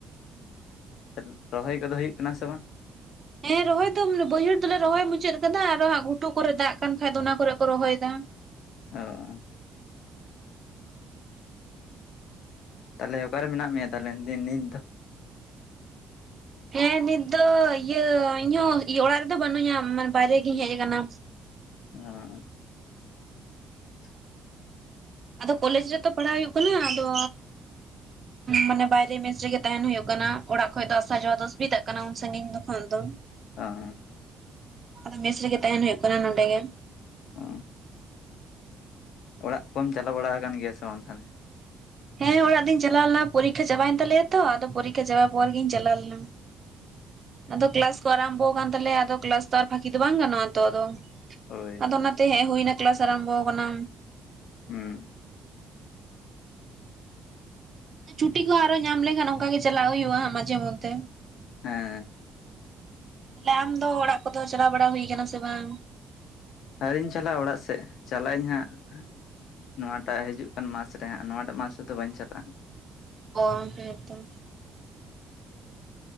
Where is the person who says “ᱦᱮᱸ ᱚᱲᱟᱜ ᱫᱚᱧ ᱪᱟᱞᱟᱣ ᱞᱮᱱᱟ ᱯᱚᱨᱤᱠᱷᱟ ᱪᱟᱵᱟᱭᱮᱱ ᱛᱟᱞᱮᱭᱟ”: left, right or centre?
Right